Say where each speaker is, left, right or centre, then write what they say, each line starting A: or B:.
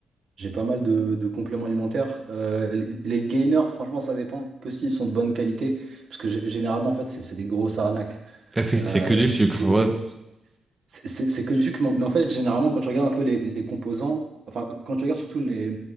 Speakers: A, on the right; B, on the right.
A: j'ai pas mal de, de compléments alimentaires. Euh, les, les gainers, franchement, ça dépend que s'ils sont de bonne qualité, parce que gé- généralement, en fait, c'est c'est des grosses arnaques.
B: Effectivement,
A: Euh,
B: c'est que du
A: si
B: sucre,
A: tu veux,
B: ouais,
A: c'est c'est- c'est que du sucre, mais en fait, généralement, quand tu regardes un peu les, les composants, enfin, quand tu regardes surtout les,